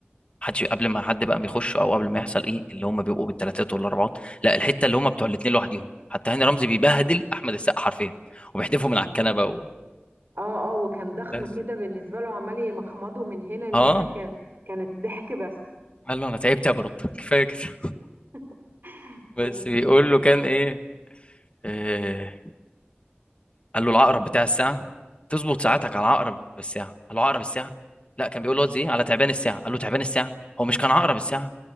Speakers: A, on the left (about 30°); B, on the right (about 60°).
A: حد قبل ما حد بقى بيخش او قبل ما يحصل ايه اللي هم بيبقوا بالثلاثات والاربعات لا الحته اللي هم بتوع الاثنين لوحديهم حتى هاني رمزي بيبهدل احمد السقا حرفيا وبيحدفه من
B: أيوة.
A: على الكنبه و...
B: اه اه وكان ضخم
A: بس
B: كده بالنسبة له عمال يمخمضه من هنا لهنا
A: اه
B: كان كانت ضحك بس
A: قال له انا تعبت يا برد كفايه كده <laughs>
B: <laughs>
A: بس
B: ايوه
A: بيقول له كان ايه آه... قال له العقرب بتاع الساعه تظبط ساعاتك على عقرب الساعه قال له عقرب الساعه لا كان بيقول له زي إيه، على تعبان الساعه قال له تعبان الساعه هو مش كان عقرب الساعه